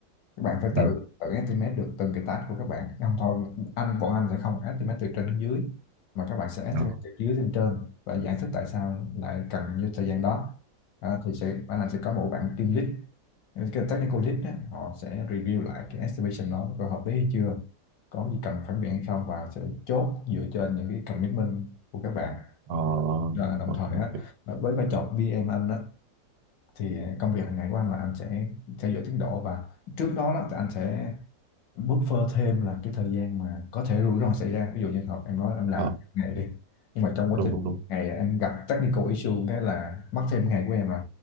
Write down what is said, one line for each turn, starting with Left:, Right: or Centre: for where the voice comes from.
Left: các bạn phải tự
Right: ừ.
Left: tự estimate được từng cái task của các bạn không thôi anh bọn anh sẽ không estimate từ trên đến dưới mà các bạn sẽ estimate
Right: Ờ.
Left: từ dưới lên trên và giải thích tại sao lại cần như thời gian đó à, thì sẽ bạn anh sẽ có một bạn team lead cái technical lead đó, họ sẽ review lại cái estimation đó có hợp lý hay chưa có gì cần phản biện hay không và sẽ chốt dựa trên những cái commitment của các bạn
Right: ờ
Left: Rồi đồng
Right: ok,
Left: thời
Right: ok.
Left: á là với vai trò của PM anh á thì công việc hàng ngày của anh là anh sẽ theo dõi tiến độ và trước đó, đó thì anh sẽ buffer thêm là cái thời gian mà có thể rủi ro xảy ra ví dụ như học em nói là em làm
Right: Ờ,
Left: ngày đi nhưng mà trong quá
Right: đúng
Left: trình
Right: đúng đúng
Left: ngày em gặp technical issue cái là mất thêm ngày của em rồi